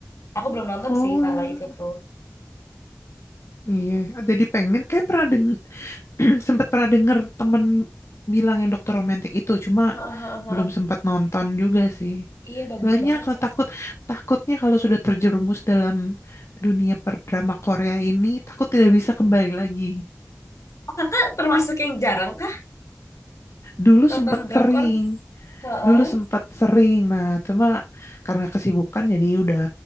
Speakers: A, on the left (about 85°); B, on the left (about 65°).
A: Aku belum nonton
B: Oh
A: sih kalau itu tuh.
B: iya, jadi pengen kayak pernah denger, <clears throat> sempat pernah denger temen bilang yang dokter romantik itu, cuma
A: Heeh, heeh, heeh.
B: belum sempat nonton juga sih.
A: Iya bagus
B: Banyak
A: banget
B: lah,
A: kok.
B: takut takutnya kalau sudah terjerumus dalam dunia perdrama Korea ini, takut tidak bisa kembali lagi.
A: Oh, kakak termasuk yang jarang kah
B: Dulu
A: nonton
B: sempat
A: drakor?
B: sering,
A: Heeh,
B: Dulu sempat sering, nah cuma karena kesibukan jadi udah